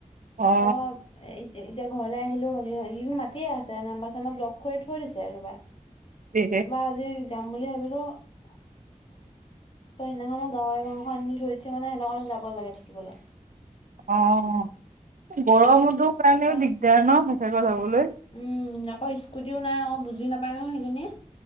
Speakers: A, on the right; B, on the left.
A: অ
B: তাৰপা এ, এতিয়া ঘৰলৈ আহিলো, এইকেইদিন মাতিয়ে আছে নাম্বাৰ চাম্বাৰ ব্লগ কৰি থৈ দিছে একেবাৰ।
A: এ
B: বা আজি যাম বুলি ভাবিলোঁ চ' সেদিনাখনো গাহৰি মাংস আনি থৈ দিছে মানে সেইদিনাখনো যাব লাগে থাকিবলৈ।
A: অ' গৰমতোৰ
B: তাৰপা
A: কাৰণেও দিগদাৰ ন' থকাকে যাবলৈ।
B: উম, আকৌ স্কুটিও নাই আকৌ বুজি নাপায় নহয় সেইজনীয়ে।